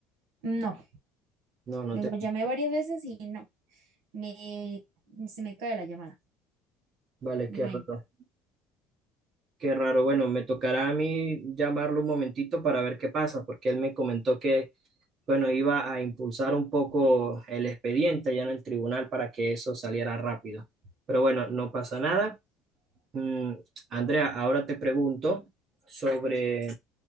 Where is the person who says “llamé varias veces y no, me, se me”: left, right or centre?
Right